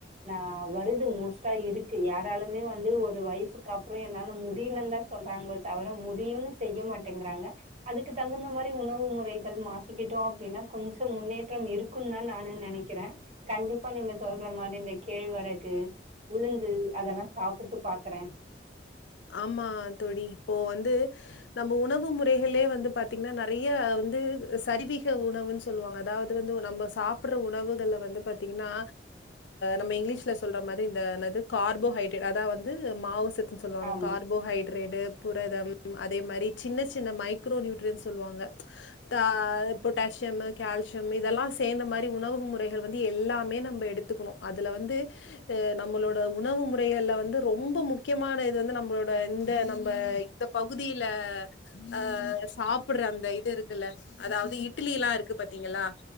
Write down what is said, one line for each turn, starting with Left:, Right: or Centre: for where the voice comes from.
Right: ந வருது மோஸ்ட்டா இருக்கு யாராலுமே வந்து ஒரு வயசுக்கு அப்றோ என்னால முடிலந்தா சொல்றாங்களோ தவிர முடியும்ன்னு செய்ய மாட்டேங்கறாங்க அதுக்கு தகுந்த மாரி உணவு முறை மாத்திக்கிட்டோ அப்டின்னா கொஞ்சோ முன்னேற்ற இருக்குன்னு தா நானு நெனைக்கிற கண்டிப்பா நீங்க சொல்ற மாரி இந்த கேழ்வரகு உளுந்து அதெல்லா சாப்பிட்டு பாக்கறே
Left: ஆமா தோழி இப்போ வந்து நம்ம உணவு முறைகளே வந்து பாத்தீங்கன்னா நெறைய வந்து சரிவீக உணவு சொ சொல்லுவாங்க அதாவது வந்து நம்ம சாப்பற உணவுகள் வந்து பாத்தீங்கன்னா நம்ம இங்கிலீஷ்ல சொல்ற மாரி இந்தத கார்போஹைட்ரேட் அதா வந்து மாவு சத்துனு சொல்லுவாங்க
Right: ஆமா
Left: கார்போஹைட்ரேட்டு புரதம் அதே மாரி சின்ன சின்ன மைக்ரோ நியூட்ரியன் சொல்லுவாங்க அ பொட்டாசியம் கால்சியம் இதெல்லா சேந்த மாரி உணவு முறைகள் வந்து எல்லாமே நம்ப எடுத் க்கணும் அதுல வந்து நம்மளோட உணவு முறைகள்ல வந்து ரொம்ப முக்கியமான இது வந்து நம்ம நம்மளோட இந்த நம்ம இந்த பகுதியில அ சாப்பட்ற அந்த இது இருக்குல்ல அதாவது இட்டிலிலா இருக்கு பாத்தீங்களா